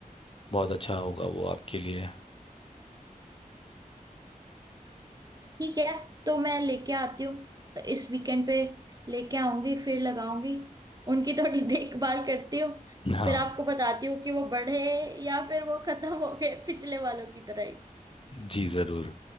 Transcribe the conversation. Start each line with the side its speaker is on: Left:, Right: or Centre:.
Left: बहुत अच्छा होगा वो आपके लिए
Right: ठीक है तो मैं लेके आती हूँ तो इस वीकेंड पे लेके आऊंगी फिर लगाऊंगी उनकी थोड़ी <laughs> देखभाल करती हूँ
Left: हाँ
Right: फिर आपको बताती हूँ कि वो बढ़े या फिर वो खत्म हो गए पिछले वालों की तरह ही
Left: जी जरूर